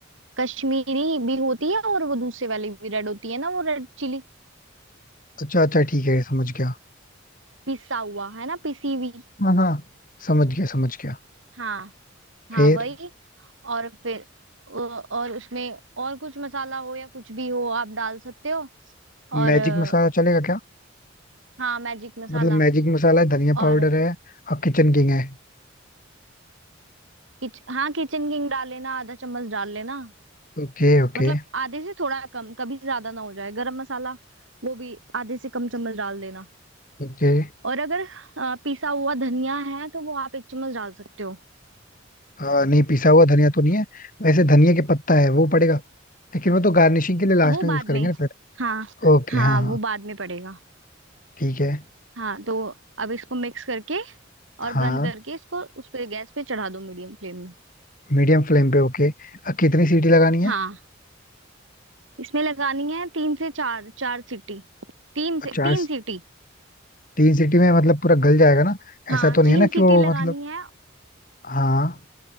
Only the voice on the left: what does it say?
अच्छा अच्छा ठीक है समझ गया
हाँ हाँ समझ गया समझ गया
फिर
मैजिक
मसाला चलेगा क्या
मतलब मैजिक मसाला है धनिया
पाउडर है और किचन किंग है
Okay okay
ओके
आ, नहीं पिसा हुआ धनिया तो नहीं है वैसे धनिया के पत्ता है वो पड़ेगा लेकिन वो तो गार्निशिंग के लिए लास्ट
में
यूज करेंगे
ना फिर
ओके
हाँ हाँ
ठीक है
हाँ
मीडियम फ्लेम पे ओके अब कितनी सीटी लगानी है
चार
तीन सीटी में मतलब पूरा गल जाएगा ना
ऐसा तो नहीं
है ना कि
वो
मतलब
हाँ